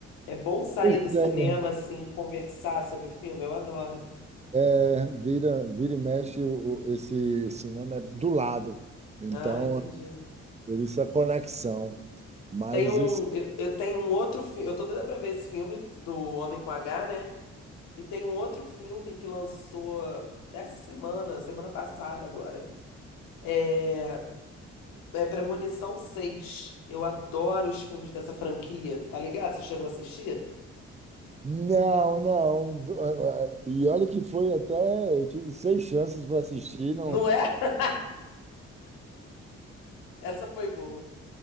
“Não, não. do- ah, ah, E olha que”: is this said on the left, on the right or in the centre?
Right